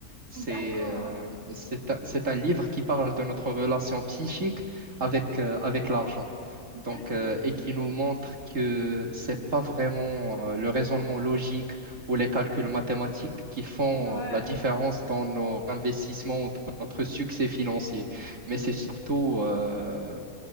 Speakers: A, on the right (about 60°); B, on the left (about 45°).
A: C'est
B: D'accord.
A: euh, c'est un, c'est un livre qui parle de notre relation psychique avec, euh, avec l'argent. Donc,
B: D'accord.
A: euh, et qui nous montre que c'est pas vraiment euh, le raisonnement logique ou les calculs mathématiques qui font
B: Ouais.
A: euh, la différence dans nos investissements, ou dans notre succès financier, mais
B: Oui.
A: c'est surtout, euh,